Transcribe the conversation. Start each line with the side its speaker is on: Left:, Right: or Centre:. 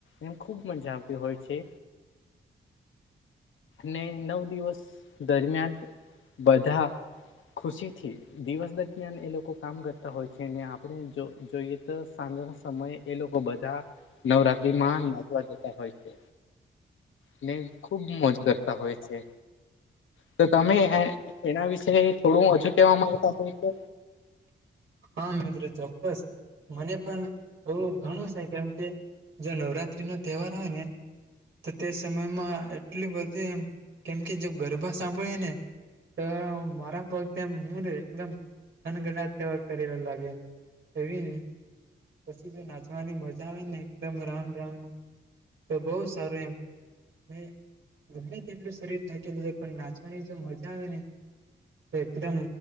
Left: એમ ખુબ મજા આવતી હોય છે. ને નવ દિવસ દરમિયાન બધા ખુશીથી દિવસ દરમિયાન એ લોકો કામ કરતા હોય છે અને ને આપણે જો જોઈએ તો, સાંજના સમયે એ લોકો બધા નવરાત્ જતા હોય છે અને ખુબ મોજ કરતા હોય છે. તો તમે એના વિશે થોડું હજુ કહેવા માંગતા હો કે
Right: હા, મિત્રો ચોક્કસ. મને પણ એવું ઘણું છે. કેમ કે જો નવરાત્રીનો તહેવાર આવેને તો તે સમયમાં એટલી બધી એમ કેમ કે જો ગરબા સાંભળે ને તો મારા પગ તેમ હું એકદમ થનગાણાટ જેવા કરેલા લાગે એમ. એવી પછી જો નાચવાની મજા આવેને એકદમ રાઉન્ડ રાઉન્ડમાં તો બહુ સારું એમ. ને ગમે તે તેટલું શરીર થાકેલું હોય, પણ નાચવાની જો મજા આવે ને તો એકદમ